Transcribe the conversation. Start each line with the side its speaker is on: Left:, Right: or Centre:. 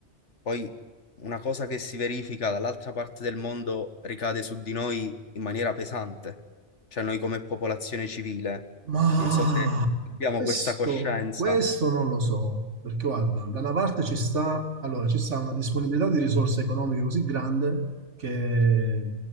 Left: poi una cosa che si verifica dall'altra parte del mondo ricade su di noi in maniera pesante. Cioè noi come popolazione civile.
Right: Ma
Left: Non so se abbiamo
Right: questo,
Left: questa coscienza.
Right: questo non lo so, perché guarda, da una parte ci sta, allora, ci sta una disponibilità di risorse economiche così grande che